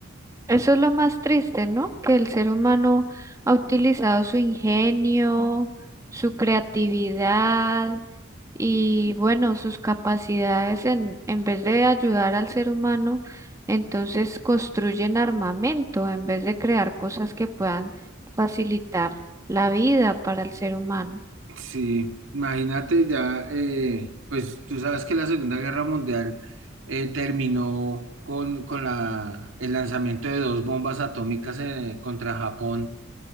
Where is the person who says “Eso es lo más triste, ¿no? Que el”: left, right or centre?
Right